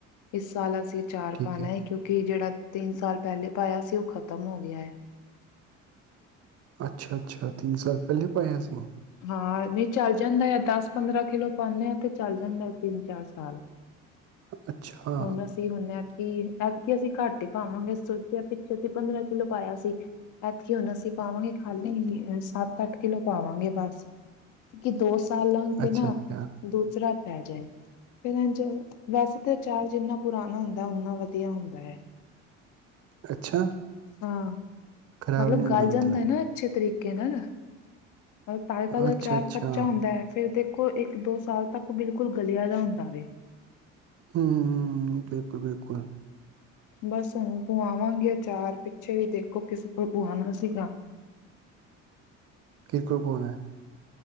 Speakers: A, on the left (about 50°); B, on the right (about 40°).
A: ਇਸ ਸਾਲ ਅਸੀਂ ਅਚਾਰ
B: ਠੀਕ
A: ਪਾਣਾ
B: ਹੈ
A: ਏ, ਕਿਉਂਕਿ ਜਿਹੜਾ ਤਿੰਨ ਸਾਲ ਪਹਿਲੇ ਪਾਇਆ ਸੀ, ਉਹ ਖ਼ਤਮ ਹੋ ਗਿਆ ਹੈ।
B: ਅੱਛਾ-ਅੱਛਾ। ਤਿੰਨ ਸਾਲ ਪਹਿਲੇ ਪਾਇਆ ਸੀ।
A: ਹਾਂ, ਨਹੀਂ ਚੱਲ ਜਾਂਦਾ ਤਾਂ, ਦਸ-ਪੰਦਰਾਂ ਕਿੱਲੋ ਪਾਂਨੇ ਆ ਤੇ ਚੱਲ ਜਾਂਦਾ ਹੈ, ਤਿੰਨ-ਚਾਰ ਸਾਲ।
B: ਅੱਛਾ
A: ਹੁਨ, ਅਸੀਂ ਹੁਣ ਐਤਕੀ, ਐਤਕੀ ਅਸੀਂ ਘੱਟ ਪਾਵਾਂਗੇ, ਸੋਚਿਆ ਪਿੱਛੇ ਅਸੀਂ ਪੰਦਰਾਂ ਕਿਲੋ ਪਾਇਆ ਸੀ, ਐਤਕੀ ਹੁਣ ਅਸੀਂ ਪਾਵਾਂਗੇ ਖਾਲੀ ਸੱਤ-ਅੱਠ ਕਿਲੋ ਪਾਵਾਂਗੇ ਬਸ, ਕਿ ਦੋ-ਸਾਲ ਲੰਘਕੇ
B: ਅੱਛਾ
A: ਨਾ
B: ਅੱਛਾ
A: ਦੂਸਰਾ ਪੈ ਜਾਏ, ਫਿਰ ਐਂਝ ਵੈਸੇ ਤੇ ਅਚਾਰ ਜਿੰਨਾ ਪੁਰਾਣਾ ਹੁੰਦਾ, ਉਂਨਾ ਵਧੀਆ ਹੁੰਦਾ ਐ।
B: ਅੱਛਾ
A: ਹਾਂ,
B: ਖ਼ਰਾਬ
A: ਮਤਲਬ
B: ਨਹੀਂ ਹੁੰਦਾ
A: ਗੱਲ
B: ਮਤਲਬ
A: ਜਾਂਦਾ ਨਾ ਅੱਛੇ ਤਰੀਕੇ ਨਾਲ। ਤਾਜ਼ਾ-ਤਾਜਾ
B: ਅੱਛਾ
A: ਅਚਾਰ
B: ਅੱਛਾ
A: ਕੱਚਾ ਹੁੰਦਾ ਐ, ਫਿਰ ਦੇਖੋ ਇੱਕ-ਦੋ ਸਾਲ ਤੱਕ ਉਹ ਬਿਲਕੁਲ ਗਲਿਆਂ ਦਾ ਹੁੰਦਾ ਵੇ।
B: ਹਂ, ਹਂ, ਹਂ ਹਂ ਬਿਲਕੁਲ।
A: ਬਸ ਹੁਣ ਪਵਾਵਾਂਗੇ ਅਚਾਰ, ਪਿੱਛੇ ਵੀ ਦੇਖੋ ਕਿਸੇ ਕੋਲ ਪੁਵਾਣਾ ਸੀਗਾ।
B: ਕੀਰ ਕੋਲ ਪਵਾਣਾ?